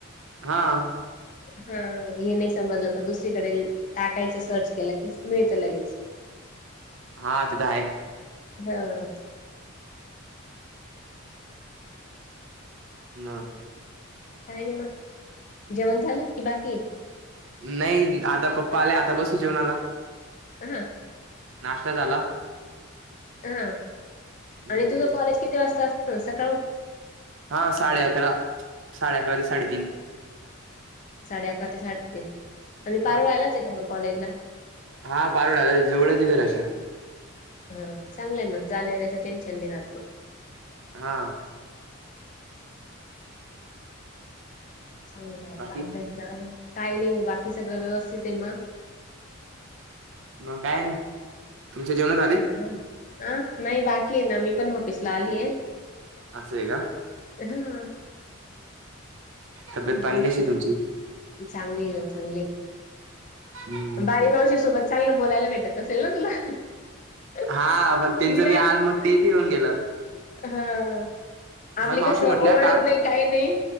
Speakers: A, on the right (about 60°); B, on the left (about 35°).
A: हा.
B: हा. हे नाही समजलं तर दुसरीकडे टाकायचं सर्च केलं की, मिळतं लगेच.
A: हा ते तर आहे.
B: हम्म.
A: न
B: काही नाही मग. जेवण झालं की बाकीये?
A: नाही आता पप्पा आले, आता बसू जेवणाला.
B: हं
A: नाश्ता झाला
B: हं,
A: हम्म
B: <inaudible> आणि तुझं
A: तेच
B: कॉलेज किती वाजता असतं? सकाळहून
A: हा साडे अकरा, साडे अकरा ते साडेतीन.
B: साडे अकरा ते साडेतीन. आणि
A: हा
B: पारोळ्यालाच आहे का मग कॉलेजला?
A: हा पारोळ्याला आहे. जवळचे घराच्या.
B: हं. चांगलंय मग जायला येण्याचं टेन्शन नाही राहत मग.
A: हा
B: चांगलं आहे,
A: बाकी
B: अभ्यास करायचं. काही नाही मग, बाकी सगळं व्यवस्थित आहे मग?
A: मग काय नाही. तुमचे जेवणं झाली?
B: हं, अं नाही बाकी आहे ना, मी पण ऑफिस ला आलीये.
A: असंये का?
B: हम्म.
A: तब्येत
B: <unintelligible>
A: पाणी कशी आहे तुमची
B: चांगलीये चांगलीये.
A: हम्म
B: बाली मावशी सोबत चांगलं बोलायला भेटत असेल ना तुला? <unintelligible>
A: हा पण त्यांचं बी आज मग तेच येऊन गेलं
B: हा. आपली
A: मग मावशी
B: कसं,
A: म्हटल्या
B: ओळख
A: काल
B: नाही काही नाही.